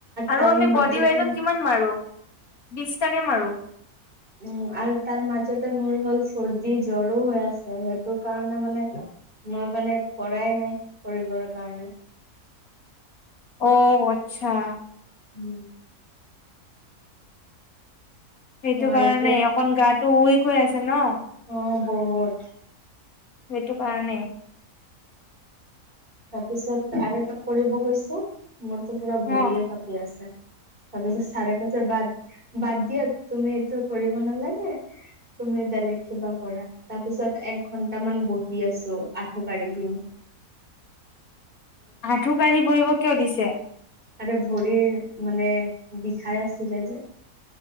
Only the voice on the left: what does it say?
আৰু
আমি
বডি ৱেটত কিমান মাৰো? বিছটাকে মাৰোঁ
অ', আচ্ছা।
সেইটো
কাৰণে
অকন গাত, টু -উইক হৈ আছে ন',
সেইটো কাৰণে।
অ'
আঠু-কাঢ়ি বহিব কিয় দিছে?